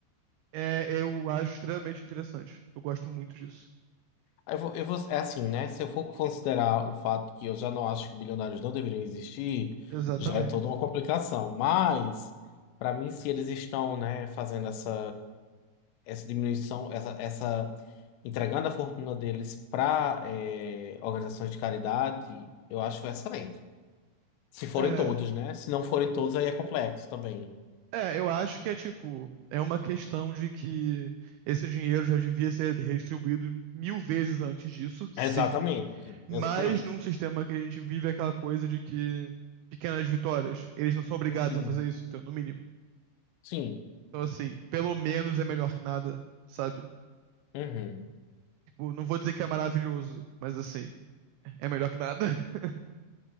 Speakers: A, on the right; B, on the left.
A: É, eu acho extremamente interessante. Eu gosto muito disso.
B: Aí Eu vou, eu vou- é assim, né? Se eu for considerar o fato que eu já não acho que bilionários não deveriam existir,
A: Exatamente.
B: já é toda uma complicação. Mas, para mim, se eles estão, né, fazendo essa, essa diminuição, essa, essa entregando a fortuna deles para organizações de caridade, eu acho excelente. Se forem
A: É,
B: todos, né? Se não forem todos, aí é complexo também.
A: é, eu acho que é tipo, é uma questão de que esse dinheiro já devia ser redistribuído mil vezes antes disso, sim.
B: Exatamente,
A: Mas
B: exatamente.
A: num sistema que a gente vive é aquela coisa de que pequenas vitórias, eles não são obrigados
B: Uhum,
A: a fazer isso, então, no mínimo.
B: Sim.
A: Então, assim, pelo menos é melhor que nada, sabe?
B: Uhum.
A: Tipo, não vou dizer que é maravilhoso, mas assim, é melhor que nada. <laughs>